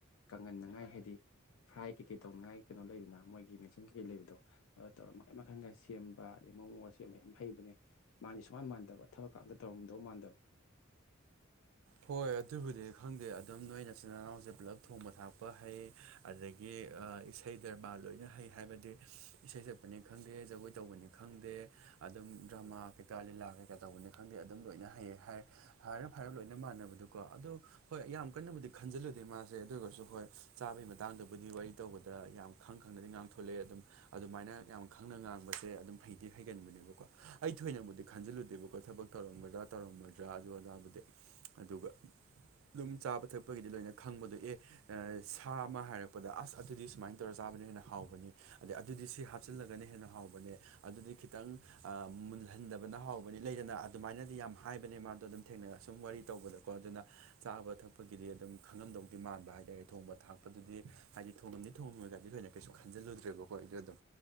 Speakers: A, on the left; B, on the right.
A: ꯀꯪꯍꯟꯅꯉꯥꯏ ꯍꯥꯏꯗꯤ ꯐ꯭ꯔꯥꯏ ꯀꯩꯀꯩ ꯇꯧꯅꯉꯥꯏ ꯀꯩꯅꯣ ꯂꯩꯗꯅ ꯃꯣꯏꯒꯤ ꯃꯦꯆꯤꯟ ꯀꯩꯀꯩ ꯂꯩꯕꯗꯣ ꯇꯧꯔ ꯃꯈꯟ ꯃꯈꯟꯒ ꯁꯦꯝꯕ ꯑꯗꯒꯤ ꯃꯣꯃꯣ ꯁꯦꯝꯕ ꯃꯌꯥꯝ ꯍꯩꯕꯅꯦ ꯃꯥꯁꯦ ꯁꯨꯃꯥꯟ ꯃꯥꯟꯗꯕ ꯊꯕꯛ ꯀ ꯑꯃꯇ ꯇꯧꯔꯝꯗꯧ ꯃꯥꯟꯗꯕ <inaudible>
B: ꯍꯣꯏ ꯑꯗꯨꯕꯨꯗꯤ ꯈꯪꯗꯦ ꯑꯗꯨꯝ ꯅꯣꯏ ꯏꯆꯤꯟꯜ ꯏꯅꯥꯎꯁꯦ ꯄꯨꯜꯂꯞ ꯊꯣꯡꯕ ꯊꯥꯛꯄ ꯍꯩ ꯑꯗꯒꯤ ꯑ ꯏꯁꯩ ꯗꯔꯃ ꯂꯣꯏꯅ ꯍꯩ ꯍꯥꯏꯕꯗꯤ ꯏꯁꯩ ꯁꯛꯄꯅꯤ ꯈꯪꯗꯦ ꯖꯒꯣꯏ ꯇꯧꯕꯅꯤ ꯈꯪꯗꯦ ꯑꯗꯨꯝ ꯗ꯭ꯔꯃꯥ ꯀꯩꯀ ꯂꯤꯂ ꯇꯧꯕꯅꯤ ꯈꯪꯗꯦ ꯑꯗꯨꯝ ꯂꯣꯏꯅ ꯍꯩ ꯍꯥꯏ ꯍꯥꯏꯔꯞ ꯍꯥꯏꯔꯞ ꯂꯣꯏ ꯃꯟꯅꯕꯗꯨꯀꯣ ꯑꯗꯣ ꯍꯣꯏ ꯌꯥꯝ ꯀꯟꯅꯕꯨꯗꯤ ꯈꯟꯖꯤꯜꯂꯨꯗꯦ ꯃꯥꯁꯦ ꯑꯗꯨ ꯑꯣꯏꯔꯒꯁꯨ ꯍꯣꯏ ꯆꯥꯕꯒꯤ ꯃꯇꯥꯡꯗꯕꯨꯗꯤ ꯋꯥꯔꯤ ꯇꯧꯕꯗ ꯌꯥꯝ ꯈꯪ ꯈꯪꯅꯗꯤ ꯉꯥꯡꯊꯣꯂꯛꯑꯦ ꯑꯗꯨꯝ ꯑꯗꯨꯃꯥꯏꯅ ꯌꯥꯝ ꯈꯪꯅ ꯉꯥꯡꯕꯁꯦ ꯑꯗꯨꯝ ꯍꯩꯗꯤ ꯍꯩ ꯀꯦꯟꯕꯅꯦꯕꯀꯣ ꯑꯩ ꯊꯣꯏꯅꯕꯨꯗꯤ ꯈꯟꯖꯤꯜꯂꯨꯗꯦꯕꯀꯣ ꯊꯕꯛ ꯇꯧꯔꯝꯗ꯭ꯔꯥ ꯇꯧꯔꯝꯃꯣꯏꯗ꯭ꯔꯥ ꯑꯗꯨ ꯑꯗꯥꯕꯨꯗꯤ ꯑꯗꯨꯒ ꯗꯨꯝ ꯆꯥꯕ ꯊꯛꯄꯒꯤꯗꯤ ꯂꯣꯏꯅ ꯈꯪꯕꯗꯣ ꯑꯦ ꯁꯥ ꯑꯃ ꯍꯥꯏꯔꯛꯄꯗ ꯑꯁ ꯑꯗꯨꯗꯤ ꯁꯨꯃꯥꯏꯅ ꯇꯧꯔ ꯆꯥ ꯍꯦꯟꯅ ꯍꯥꯎꯕꯅꯤ ꯑꯗ ꯑꯗꯨꯗꯤ ꯁꯤ ꯍꯥꯞꯆꯤꯜꯂꯒꯅ ꯍꯦꯟꯅ ꯍꯥꯎꯕꯅꯦ ꯑꯗꯨꯗꯤ ꯈꯤꯇꯪ ꯃꯨꯜ ꯃꯨꯜꯍꯟꯗꯕꯅ ꯍꯥꯎꯕꯅꯤ ꯂꯩꯗꯅ ꯑꯗꯨꯃꯥꯏꯅꯗꯤ ꯌꯥꯝ ꯍꯥꯏꯕꯅꯦ ꯃꯥꯗꯣ ꯑꯗꯨꯝ ꯊꯦꯡꯅꯔꯁꯨ ꯑꯗꯨꯝ ꯋꯥꯔꯤ ꯇꯧꯕꯗꯀꯣ ꯑꯗꯨꯅ ꯆꯥꯕ ꯊꯛꯄꯒꯤꯗꯤ ꯑꯗꯨꯝ ꯈꯪꯉꯝꯗꯧꯗꯤ ꯃꯥꯟꯕ ꯍꯥꯏꯇꯥꯔꯦ ꯊꯣꯡꯕ ꯊꯥꯛꯄꯗꯨꯗꯤ ꯍꯥꯏꯗꯤ ꯊꯣꯡꯉꯝꯗꯤ ꯊꯣꯡꯉꯝꯃꯒꯗꯤ ꯊꯣꯏꯅ ꯀꯩꯁꯨ ꯈꯟꯖꯤꯜꯂꯨꯗ꯭ꯔꯦꯕꯀꯣ ꯑꯩꯗꯣ ꯑꯗꯨꯝ